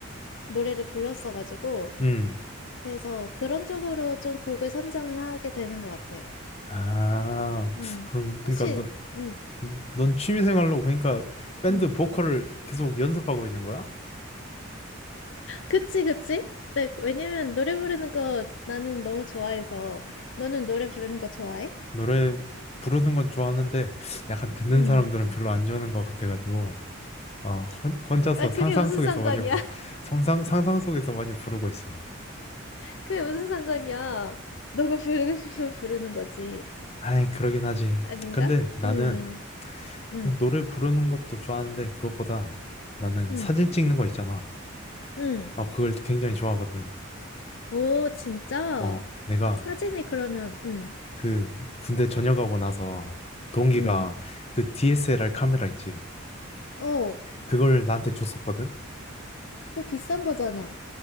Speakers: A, on the left; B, on the left.
A: 노래를 불렀어가지고
B: 음,
A: 그래서 그런 쪽으로 좀 곡을 선정을 하게 되는 것 같아.
B: 아.
A: 음,
B: 그럼, 그러니까
A: 혹시
B: 너,
A: 음,
B: 넌 취미생활로 그러니까 밴드
A: 음,
B: 보컬을 계속 연습하고 있는 거야?
A: 그치 그치? 네, 왜냐면 노래 부르는 거 나는 너무 좋아해서 너는 노래 부르는 거 좋아해?
B: 노래 부르는 건 좋아하는데 약간 듣는
A: 음,
B: 사람들은 별로 안 좋아하는 것 같아가지고. 어, 혼, 혼자서
A: 아
B: 상상
A: 그게 무슨
B: 속에서
A: 상관이야?
B: 많이 부르,
A: <laughs>
B: 상상, 상상 속에서 많이 부르고 있어.
A: 그게 무슨 상관이야? 너가 부르고 싶으면 부르는 거지.
B: 아이, 그러긴 하지.
A: 아닌가?
B: 근데 나는
A: 음, 음,
B: 그 노래 부르는 것도 좋아하는데 그것보다 나는
A: 음,
B: 사진 찍는 거 있잖아.
A: 음. 음.
B: 어, 그걸 굉장히 좋아하거든.
A: 오, 진짜?
B: 어, 내가
A: 사진이 그러면, 음.
B: 그 군대 전역하고 나서 동기가
A: 응.
B: 그 DSLR 카메라 있지.
A: 어,
B: 그걸 나한테 줬었거든.
A: 그거 비싼 거잖아.